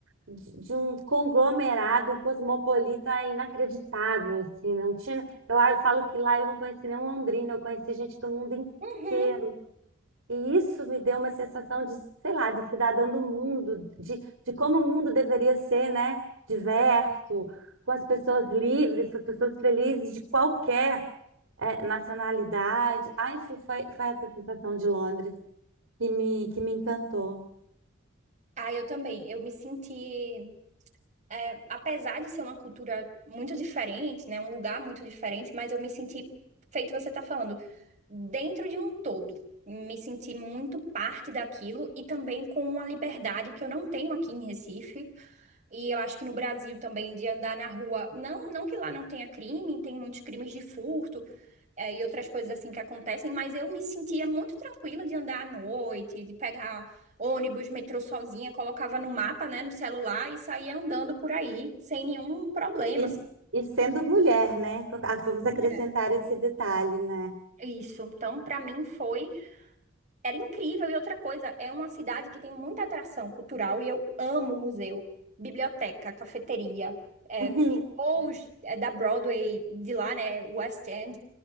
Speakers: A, on the right; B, on the right.
A: de, de um conglomerado cosmopolita inacreditável, assim, né? não tinha... Eu, ah, eu falo que lá eu não conheci nenhum londrino, eu conheci gente do mundo inteiro.
B: uhum.
A: E isso me deu uma sensação de, sei lá, de cidadã do mundo, de, de como o mundo deveria ser, né? Diverso, com as pessoas livres, com as pessoas felizes, de qualquer... eh, nacionalidade. Ah, enfim, foi, foi essa sensação de Londres que me, que me encantou.
B: Ah, eu também. Eu me senti, é, apesar de ser uma cultura muito diferente, né, um lugar muito diferente, mas eu me senti, feito você tá falando, dentro de um todo. Me senti muito parte daquilo e também com uma liberdade que eu não tenho aqui em Recife. E eu acho que no Brasil também, de andar na rua, não, não que lá não tenha crime, tem muitos crimes de furto, é, e outras coisas assim que acontecem, mas eu me sentia muito tranquila de andar à noite, de pegar ônibus, metrô sozinha, colocava no mapa, né, no celular e saía andando por aí sem nenhum problema.
A: E,
B: assim,
A: e sendo mulher, né? Ah, Vamos acrescentar
B: né?
A: esse detalhe, né?
B: Isso. Então, para mim foi Era incrível. E outra coisa, é uma cidade que tem muita atração cultural e eu amo museu, biblioteca, cafeteria, é,
A: <laughs>
B: shows é, da Broadway, de lá, né, West End.